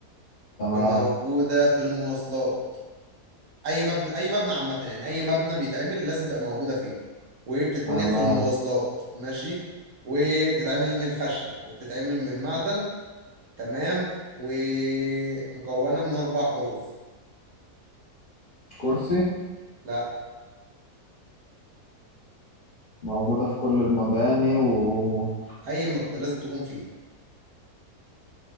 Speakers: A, on the left; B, on the right.
A: تمام
B: وموجودة في المواصلات أي مبنى أي مبنى عامة يعني أي مبنى بيتعمل لازم تبقى موجودة فيه وبتتوجد
A: تمام
B: في المواصلات ماشي وبتتعمل من خشب وبتتعمل من معدن تمام ومكونة من أربع حروف
A: كرسي
B: لا
A: موجودة في كل المباني ومكونة
B: أي مبنى لازم تكون فيه